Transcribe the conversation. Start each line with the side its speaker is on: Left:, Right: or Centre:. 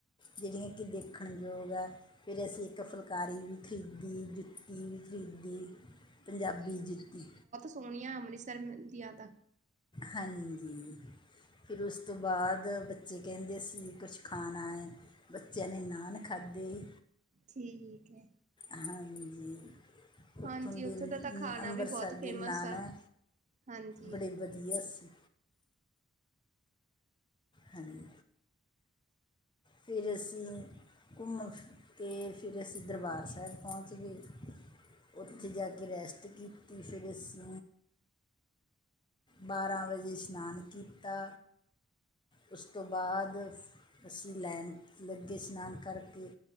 Left: ਜੇੜੀਆਂ ਕਿ ਦੇਖਣ ਯੋਗ ਐ, ਫੇਰ ਅਸੀ ਇੱਕ ਫੁਲਕਾਰੀ ਵੀ ਖਰੀਦੀ। <unintelligible> ਪੰਜਾਬੀ ਜੁੱਤੀ।
Right: ਸੋਨੀਆ ਅੰਮ੍ਰਿਤਸਰ ਜਯਾਦਾ।
Left: ਹਾਂਜੀ, ਫਿਰ ਉਸ ਤੋਂ ਬਾਦ ਬੱਚੇ ਕੈਂਦੇ ਅਸੀ ਕੁਛ ਖਾਣਾਏ, ਬੱਚਿਆਂ ਨੇ ਨਾਨ ਖਾਧੇ
Right: ਠੀਕੈ।
Left: ਹਾਂਜੀ, ਓਥੋਂ
Right: ਹਾਂਜੀ
Left: ਦੀ
Right: ਉੱਥੋਂ ਦਾ ਤਾਂ ਖਾਣਾ
Left: ਅੰਮ੍ਰਿਤਸਰ
Right: ਵੀ ਬਹੁਤ ਫੇਮਸ
Left: ਦੇ ਨਾਨ
Right: ਆ
Left: ਐ
Right: ਹਾਂਜੀ
Left: ਬੜੇ ਵਧੀਆ ਸੀ। ਹਾਂਜੀ। ਫੇਰ ਅਸੀ ਕੁੰਮ ਕੇ ਫੇਰ ਅਸੀ ਦਰਬਾਰ ਸੈਬ ਪੋਂਚ ਗਏ। ਓਥੇ ਜਾਕੇ ਰੈਸਟ ਕੀਤੀ ਫੇਰ ਅਸੀ ਬਾਰਾਂ ਵਜੇ ਸ਼ਨਾਨ ਕੀਤਾ। ਉਸ ਤੋਂ ਬਾਦ ਲੈਣ ਲੱਗੇ ਸ਼ਨਾਨ ਕਰਕੇ